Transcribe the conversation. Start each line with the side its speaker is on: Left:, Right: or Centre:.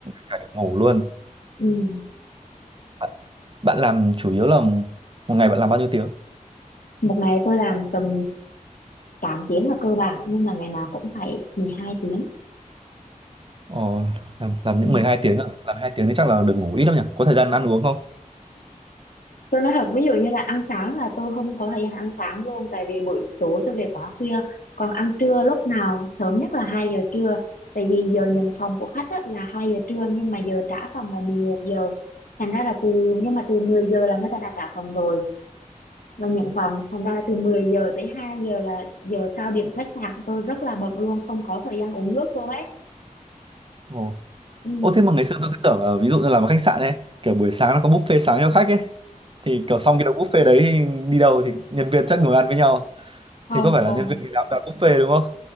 Right: cả được ngủ luôn.
Left: Ừ.
Right: Bạn, bạn làm chủ yếu là một ngày bạn làm bao nhiêu tiếng?
Left: một ngày tôi làm tầm 8 tiếng là cơ bản nhưng mà ngày nào cũng phải mười hai tiếng
Right: Ờ, làm làm
Left: ừ.
Right: những mười hai tiếng à? Làm hai tiếng thì chắc là được ngủ ít lắm nhỉ? Có thời gian ăn uống không?
Left: Tôi nói thật, ví dụ như là ăn sáng là tôi không có thời gian ăn sáng luôn tại vì buổi tối tôi về quá khuya. Còn ăn trưa lúc nào sớm nhất là 2 giờ trưa. Tại vì giờ nhận phòng của khách á, là 2 giờ trưa nhưng mà giờ trả phòng là 11 giờ. Thành ra là từ nhưng mà từ 10 giờ là người ta đã trả phòng rồi và nhận phòng. Thành ra là từ 10 giờ tới 2 giờ là giờ cao điểm khách sạn tôi rất là bận luôn, không có thời gian uống nước luôn ấy.
Right: Ờ.
Left: Ừ,
Right: Ô thế mà ngày xưa tôi cứ tưởng là ví dụ như làm ở khách sạn ấy, kiểu buổi sáng nó có buffet sáng cho khách ấy. Thì kiểu xong cái đầu buffet đấy thì đi đâu thì nhân viên chắc ngồi ăn với nhau.
Left: không
Right: Thì có phải
Left: không
Right: là nhân viên nào đặt buffet đúng không?